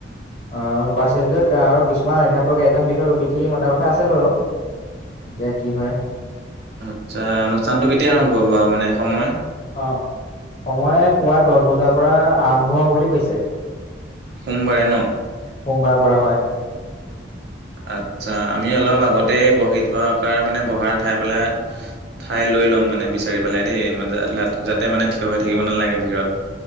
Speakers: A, on the left; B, on the right.
A: অ', উপাচাৰ্যক আৰু কিছুমান অধ্যাপক এজন বিষয়ক অতিথি মতা কথা আছে বাৰু। এতিয়া কি হয়।
B: আচ্ছা অনুষ্ঠানটো কেতিয়া আৰম্ভ হ'ব আৰু মানে সময়?
A: অ'। সময় পুৱা দজ বজাৰ পৰা আৰম্ভ হ, বুলি কৈছে।
B: সোমবাৰে ন'?
A: সোমবাৰৰ পৰা হয়।
B: আচ্ছা আমি অলপ আগতেই বহি থকাৰ কা মানে বহাৰ ঠাই পেলাই ঠাই লৈ ল'ম মানে বিচাৰি পেলাই দেই। মানে, যা লাত যাতে মানে থিয় হৈ থাকিব নালাগে ভিৰত।